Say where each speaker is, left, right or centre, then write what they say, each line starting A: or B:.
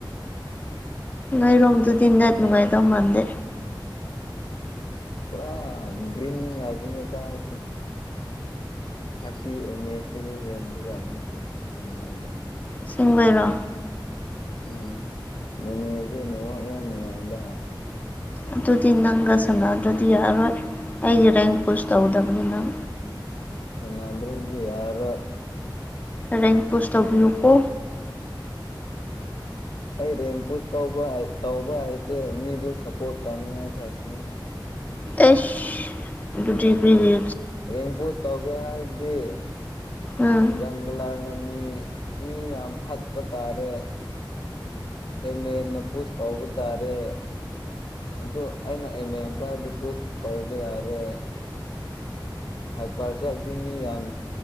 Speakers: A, on the left; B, on the left.
A: ꯅꯣꯏ ꯔꯣꯝꯗꯨꯗꯤ ꯅꯦꯠ ꯅꯨꯡꯉꯥꯏ ꯗꯧ ꯃꯥꯟꯗꯦ
B: ꯄꯨꯔꯥ ꯒꯔꯤꯟ ꯉꯥꯛꯇꯅꯤ ꯆꯥꯔꯤꯁꯦ ꯊꯥꯔꯇꯤ ꯑꯦꯝ ꯑꯦꯁꯇꯒꯤ ꯍꯦꯟꯕꯖꯥꯠ ꯅꯠꯇꯦ ꯑꯦꯅꯨꯌꯦꯜꯗ
A: ꯑꯁꯦꯡꯕꯩꯔꯣ
B: ꯎꯝ ꯅꯣꯅꯦꯖꯦ ꯅꯦꯋꯥꯛ ꯌꯥꯝ ꯅꯨꯡꯉꯥꯏꯗ
A: ꯑꯗꯨꯗꯤ ꯅꯪꯒ ꯁꯅꯗꯔꯗꯤ ꯌꯥꯔꯣꯏ ꯑꯩꯒꯤ ꯔꯦꯡ ꯄꯨꯁ ꯇꯧꯗꯕꯅꯤ ꯅꯪ
B: ꯁꯥꯅꯗ꯭ꯔꯗꯤ ꯌꯥꯔꯔꯣꯏ꯫
A: ꯔꯦꯡ ꯄꯨꯁ ꯇꯧꯕꯤꯌꯨꯀꯣ꯫
B: ꯑꯩ ꯔꯦꯡꯄꯨꯁ ꯇꯧꯕ ꯇꯧꯕ ꯍꯥꯏꯇꯦ ꯃꯤꯕꯨ ꯁꯞꯄꯣꯔꯠ ꯇꯧꯅꯤꯡꯉꯥꯏ ꯈꯛꯇꯅꯦ
A: ꯑꯦꯁ ꯗꯨꯗꯤ ꯀ꯭ꯔꯤꯒꯤ꯫
B: ꯔꯦꯡ ꯄꯨꯁ ꯇꯧꯒꯦ ꯍꯥꯏꯔꯗꯤ
A: ꯎꯝ
B: ꯖꯪꯒ꯭ꯂꯔꯅ ꯃꯤ ꯃꯤ ꯌꯥꯝ ꯍꯥꯠꯄ ꯇꯥꯔꯦ ꯑꯦꯝ ꯑꯦꯝꯅ ꯄꯨꯁ ꯇꯧꯕ ꯇꯥꯔꯦ ꯑꯗꯨ ꯑꯩꯅ ꯑꯦꯝ ꯑꯦꯝ ꯄꯥꯏꯔꯗꯤ ꯄꯨꯁ ꯇꯧꯕ ꯌꯥꯔꯦ ꯍꯥꯏ ꯄꯔ ꯆꯠꯂꯗꯤ ꯃꯤ ꯌꯥꯡ